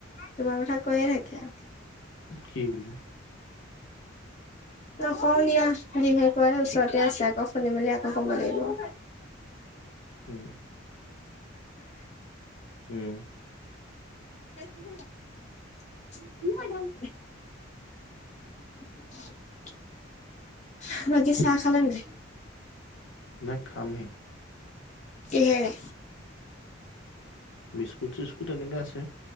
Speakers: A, on the left (about 35°); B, on the left (about 70°).
A: তোমাৰ কথা কৈয়ে থাকে।
B: কি <inaudible>
A: নকওঁ দিয়া যিহে কয় ওচৰতে আছে আকৌ শুনি মেলি আকৌ কব লাগিব। <inaudible>
B: উম, উম
A: <inaudible> <inaudible> <inaudible> বাকি চাহ খালা নে নাই?
B: না খামহে।
A: কিহেৰে?
B: বিস্কুট চিস্কুট এনেকা আছে।